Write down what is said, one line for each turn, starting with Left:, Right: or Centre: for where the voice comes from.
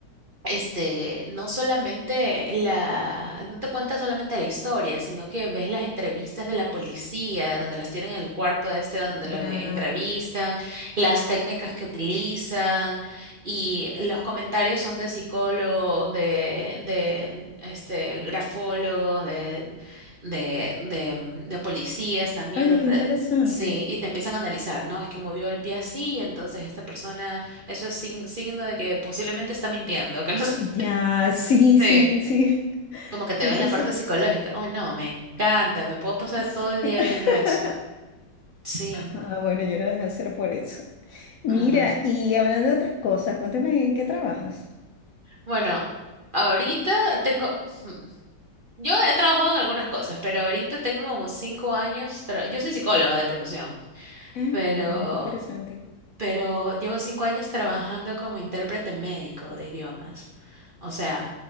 Right: este, no solamente la, no te cuenta solamente la historia, sino que ves las entrevistas de la policía, donde las tienen en el cuarto este, donde
Left: Ya.
Right: los entrevistan, las técnicas que utilizan y los comentarios son de psicólogos, de, de, este, grafólogos, de, de, de, mm, de policías también,
Left: Oye,
Right: donde-
Left: qué interesante.
Right: Sí, y te empiezan a analizar, ¿no? Es que movió el pie así, entonces esta persona eso es sin- signo de que posiblemente está mintiendo, que no sé.
Left: Ya, sí,
Right: Sí.
Left: sí, sí.
Right: Como que te
Left: Eso
Right: ven la
Left: es...
Right: parte psicológica. Uy, no, me encanta, me puedo pasar
Left: sí.
Right: todo el
Left: <laughs>
Right: día viendo eso. Sí,
Left: Ah, bueno, yo lo dejé hacer por eso. Mira,
Right: no, no.
Left: y hablando de otras cosas, cuéntame en qué trabajas.
Right: Bueno, ahorita tengo, <laughs> yo he trabajado en algunas cosas, pero ahorita tengo como cinco años, tra- yo soy psicóloga de profesión,
Left: Ah,
Right: pero
Left: qué bien, qué interesante.
Right: pero llevo cinco años trabajando como intérprete médico de idiomas. O sea,